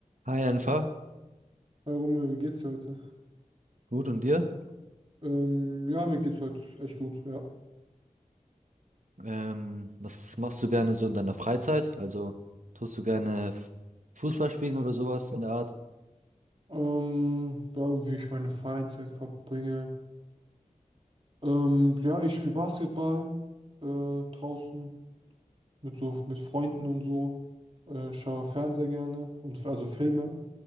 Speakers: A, on the right; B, on the right.
A: Hi Enfer,
B: Hi Romeo, wie geht's dir heute?
A: gut und dir?
B: Ähm, ja, mir geht's heute echt gut, ja.
A: Ähm, was machst du gerne so in deiner Freizeit? Also tust du gerne F- Fußball spielen oder sowas in der Art?
B: Ähm, ja, wie ich meine Freizeit verbringe. Ähm, ja, ich spiele Basketball äh, draußen mit so mit Freunden und so. Äh, schaue Fernseher gerne und f- also Filme.